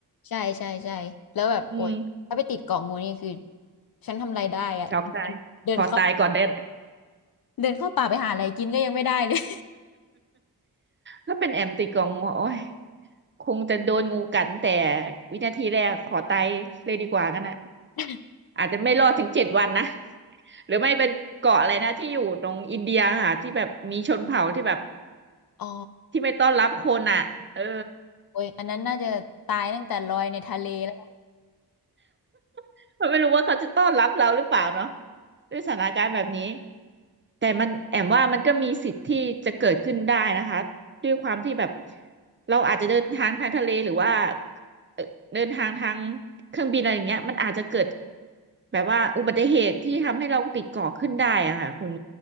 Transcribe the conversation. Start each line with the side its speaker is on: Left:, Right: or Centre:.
Left: ใช่ใช่ใช่แล้วแบบโอ๊ยถ้าไปติดเกาะงูนี่คือ
Right: อืม
Left: ฉันทำอะไรได้อะ
Right: ช็อกตายขอตายก่อนได้
Left: เดินเข้า เดินเข้าป่าไปหาอะไรกินก็ยังไม่ได้เลย
Right: ถ้าเป็นแอมติดกองงูโอ้ยคงจะโดนงูกัดแต่วินาทีแรกขอตายเลยดีกว่ากันนะ
Left: <laughs>
Right: อาจจะไม่รอดถึงเจ็ดวันนะหรือไม่เป็นเกาะอะไรนะที่อยู่ตรงอินเดียค่ะที่แบบมีชนเผ่าที่แบบ
Left: อ๋อ
Right: ที่ไม่ต้อนรับคนอ่ะเออ
Left: โอ้ยอันนั้นน่าจะตายตั้งแต่ลอยในทะเลแล้วนะ
Right: <laughs> เขาไม่รู้ว่าเขาจะต้อนรับเราหรือเปล่าเนาะด้วยสถานการณ์แบบนี้ แต่มันแอมว่ามันก็มีสิทธิ์ที่จะเกิดขึ้นได้นะคะด้วยความที่แบบเราอาจจะเดินทางทางทะเลหรือว่าเอ่อเดินทางทางเครื่องบินอะไรอย่างเงี้ยมันอาจจะเกิดแบบว่าอุบัติเหตุที่ทำให้เราติดเกาะขึ้นได้อะค่ะคุณ